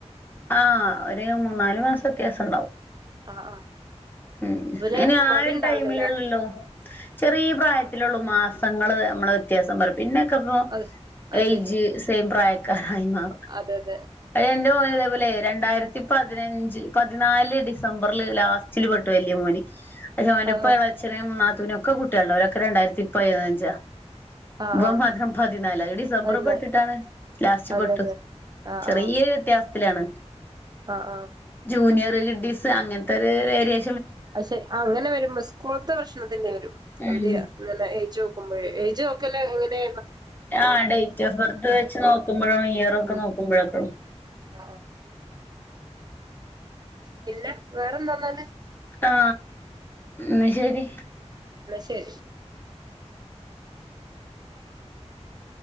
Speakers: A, on the left; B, on the right.
A: ആഹ് ഒരു മൂന്നാലു മാസം വ്യത്യാസം ഉണ്ടാവും
B: ആഹ് ആഹ്
A: ഉം
B: ഇവന്
A: ഇനി ആ
B: മടി
A: ഒരു
B: ഇണ്ടാവൂലല്ലേ
A: ടൈമിലള്ളല്ലോ ചെറിയ പ്രായ ത്തിലുള്ളൂ മാസങ്ങളൾ നമ്മള് വ്യത്യാസം പറയും പിന്നെ ഇപ്പോ
B: അത് സ് അത്
A: എയ്ജ്
B: ശരിയാ
A: സേയ്മ് പ്രായം ഹമാറ
B: അതെ അതെ
A: <unintelligible> ഇതേപോലെ രണ്ടായിരത്തി പതിനഞ്ച് പതിനാല് ഡിസംബറില് ലാസ്റ്റില് പെട്ടു വല്യ മോന് ഓൻ്റൊപ്പം
B: ആഹ്
A: എളയച്ഛന്നും ഉമ്മാ നാത്തൂനൊക്കെ കുട്ടികളുണ്ട് ഓൻ രണ്ടായിരത്തി പതിനഞ്ചാ-
B: ആഹ്
A: ഇവൻ
B: ആഹ്
A: മാത്രം പതിനാല് അത് ഡിസംബറിൽ
B: വൈകുന്നേരം
A: പെട്ടിട്ടാണ് ലാസ്റ്റ്
B: അതെ
A: പെട്ടു.
B: അതെ ആഹ്
A: ചെറിയ
B: ആഹ്
A: ഒരു വ്യത്യാസം പത്തിലാണ്
B: ആഹ് ആഹ്
A: ജൂനിയർ ഡിസ് അങ്ങനത്തൊരു റേഡിയേ
B: പക്ഷെ അങ്ങനെ വരുമ്പോ സ്കൂളത്തെ ഭക്ഷണത്തിന്നേ വരും
A: ഉം
B: അവര്- ഇല്ല ഏജ് നോക്കുമ്പോഴേ നമ്മക്കെല്ലാ എങ്ങനേ
A: ആ ഡേറ്റോ ബർത്ത് വെച്ച് നോക്കുമ്പോഴ ഇയറൊക്കെ
B: ഉം
A: നോക്കുമ്പോഴൊക്കള്ളും
B: ആ പിന്നെ വേറെന്താന്നാന്
A: ആ ഉ ശരി
B: <unintelligible>